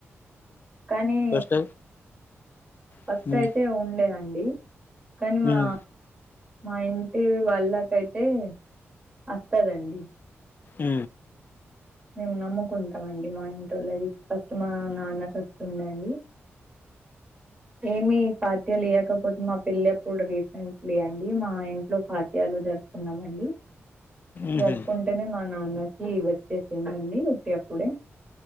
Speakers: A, on the right (about 15°); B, on the left (about 40°).
A: కానీ
B: ఫస్ట్
A: ఫస్ట్
B: ఉమ్
A: అయితే ఉండేదండి కానీ మా
B: ఉమ్
A: మా ఇంటి వాళ్ళకైతే వస్తదండి
B: అ
A: మేము నమ్ముకుంటామ అండి మా ఇంట్లొలు అది ఫస్ట్ మా నాన్న కస్తు ఉండండి ఏమి పాత్యాలు ఇయ్వకపోతే మా పెళ్లి అప్పుడు రీసెంట్లీ అండి మా ఇంట్లో పాత్యాలు జరుపుకున్నామండి
B: ఉహు
A: జరుపుకుంటేనే మా నాన్నకి వచ్చేసిందండి ఉట్టి అప్పుడే